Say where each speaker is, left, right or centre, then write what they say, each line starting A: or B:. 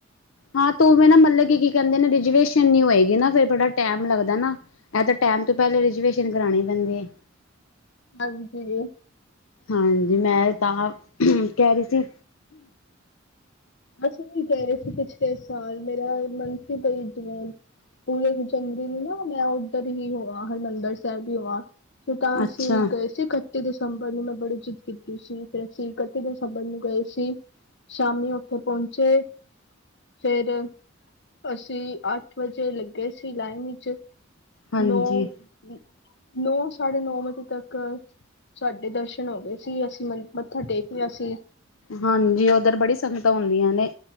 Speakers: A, on the left (about 85°); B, on the left (about 60°).
A: ਹਾਂ ਤੋ ਮੈ ਨਾ ਮਤਲਬ ਕੀ, ਕੀ ਕਹਿੰਦੇ ਨੇ ਰਿਜਵੇਸ਼ਨ ਨੀਂ ਹੋਏਗੀ ਨਾ, ਫੇਰ ਬੜਾ ਟੈਮ ਲੱਗਦਾ ਨਾ, ਇਹ ਤਾਂ ਟੈਮ ਟੈਮ ਤੋਂ ਪਹਿਲੇ ਰਿਜ਼ਰਵੇਸ਼ਨ ਕਰਵਾਉਣੀ ਪੈਂਦੀ ਏ।
B: ਹਾਂਜੀ
A: ਹਾਂਜੀ ਮੈਂ ਤਾਂ ਕਹਿ ਰਹੀ ਸੀ
B: ਅਸੀਂ ਵੀ ਕਹਿ ਰਹੇ ਸੀ ਪਿਛਲੇ ਸਾਲ, ਮੇਰਾ ਮਨ ਸੀ ਭਈ ਜਿਵੇਂ ਪੂਰੇ ਚੰਗੀ ਨੇ ਨਾ ਮੈਂ ਉੱਧਰ ਹੀ ਹੋਵਾਂ, ਹਰਿਮੰਦਰ ਸਾਹਿਬ ਵੀ ਹੋਵਾਂ। ਫੇਰ ਤਾਂ
A: ਅੱਛਾ
B: ਅਸੀਂ ਗਏ ਸੀ ਖੱਟ ਇਕੱਤੀ ਦਸੰਬਰ ਨੂੰ ਮੈਂ ਬੜੀ ਜਿੱਤ ਕੀਤੀ ਸੀ, ਫਿਰ ਅਸੀਂ ਇਕੱਤੀ ਦਸੰਬਰ ਨੂੰ ਗਏ ਸੀ, ਸ਼ਾਮੀ ਓ ਉੱਥੇ ਪਹੁੰਚੇ। ਫਿਰ ਅਸੀਂ ਅੱਠ ਵਜੇ ਲੱਗੇ ਸੀ ਲਾਈਨ ਵਿੱਚ।
A: ਹਾਂਜੀ
B: ਨੌ ਨ ਨੌ ਸਾਢੇ ਨੌ ਵਜੇ ਤੱਕ ਸਾਡੇ ਦਰਸ਼ਨ ਹੋ ਗਏ ਸੀ। ਅਸੀਂ ਮ ਮੱਥਾ ਟੇਕ ਲਿਆ ਸੀ
A: ਹਾਂਜੀ ਉਧਰ ਬੜੀ ਸੰਗਤ ਹੁੰਦੀਆਂ ਨੇ,